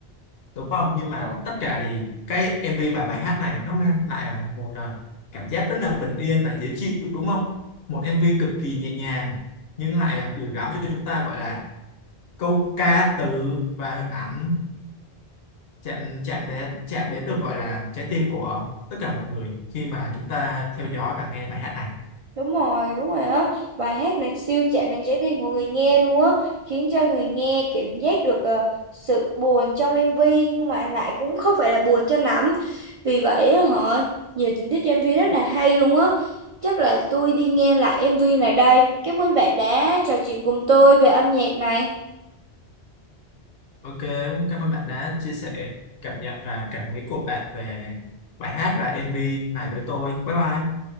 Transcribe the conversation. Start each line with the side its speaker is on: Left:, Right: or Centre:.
Left: đúng không nhưng mà
Right: Ờ.
Left: tất cả thì cái MV và bài hát này nó mang lại à, một à, cảm giác rất là bình yên và dễ chịu đúng không một MV cực kỳ nhẹ nhàng nhưng lại à, gửi gắm cho chúng ta gọi là câu ca từ và hình ảnh chạm chạm đến chạm đến được gọi là trái tim của tất cả mọi người khi mà chúng ta theo dõi và nghe bài hát này.
Right: đúng rồi đúng rồi á bài hát này siêu chạm đến trái tim của người nghe luôn á khiến cho người nghe cảm giác được ờ, sự buồn trong MV nhưng mà lại cũng không phải là buồn cho lắm vì vậy á họ nhiều tình tiết trong MV rất là hay luôn á chắc là tôi đi nghe lại MV này đây cảm ơn bạn đã trò chuyện cùng tôi về âm nhạc này
Left: Ok, cũng cảm ơn bạn đã chia sẻ cảm nhận và cảm nghĩ của bạn về bài hát và MV này với tôi. Bye bye.